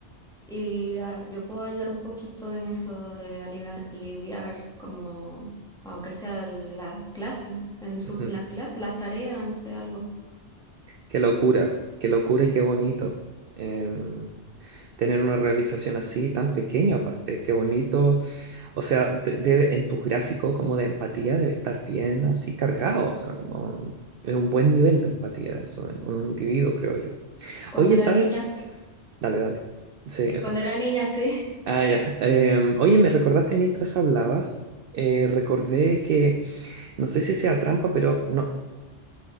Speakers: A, in the centre; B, on the right.
A: y ah, yo puedo ayudar un poquito en eso de aliviar, aliviar como, aunque sea las clases, en sus,
B: ujú.
A: las clases, las tareas, no sé, algo.
B: Qué locura, qué locura y qué bonito. em, tener una realización así, tan pequeña aparte, qué bonito. O sea, de- debe, en tu gráfico como de empatía debe estar bien así cargado. O sea, como es un buen nivel de empatía eso en un individuo, creo yo.
A: Cuando
B: Oye,
A: era
B: ¿sabes?
A: niña, sí.
B: Dale, dale. Sí, eso.
A: Cuando era niña, sí.
B: Ah, ya.
A: <laughs>
B: Em, oye, me recordaste mientras hablabas, eh, recordé que, no sé si sea trampa, pero no,